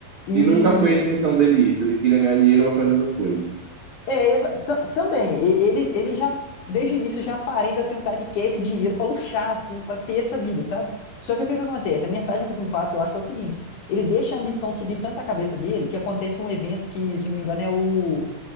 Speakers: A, on the left; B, on the right.
A: E
B: E nunca foi a intenção dele isso. Ele queria ganhar dinheiro para fazer essas coisas.
A: é exa- ta- também, e- ele, ele já, desde o início, já aparenta ser um cara que quer esse dinheiro pra luxar, assim, pra ter essa vida, sabe? Só que o que que acontece? A mensagem que o filme passa, eu acho que é o seguinte: ele deixa a ambição subir tanto a cabeça dele que acontece um evento que, se eu não me engano, é o